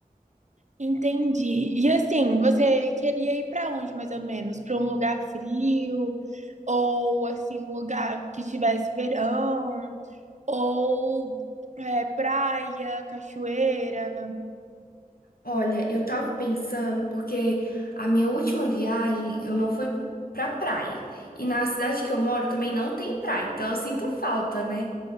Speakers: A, on the right; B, on the left.
A: Entendi. E assim, você queria ir para onde mais ou menos? Para um lugar frio ou assim, um lugar que tivesse verão ou é, praia, cachoeira?
B: Olha, eu tava pensando porque a minha última viagem eu não fui p- pra praia. E na cidade que eu moro também não tem praia, então eu sinto falta, né?